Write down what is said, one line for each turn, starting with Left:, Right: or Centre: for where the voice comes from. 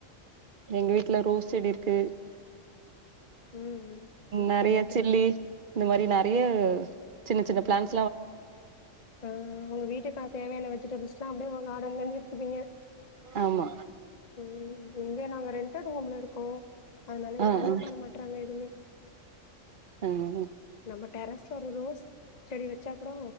Right: எங்க வீட்டுல ரோஸ் செடி இருக்கு
Left: ம் ம் ஓகே
Right: நறைய
Left: ஓகே
Right: சில்லி இந்த மாரி நறைய சின்ன சின்ன பிளான்ட்
Left: ஆ உங்க வீட்ட பாத்த <unintelligible> வெஜிடபிள்ஸ் <unintelligible> <unintelligible> எடுத்துப்பீங்க
Right: ஆமா
Left: உம் இங்க நாங்க ரென்டட் ஹோம்ல இருக்கோ அதனால
Right: ஆ
Left: நா அலோ
Right: ஆ
Left: பண்ண மாட்றாங்க எதுமே
Right: ம்
Left: நம்ம டெரஸ்ல ஒரு ரோஸ் செடி வ ச்சா கூடோ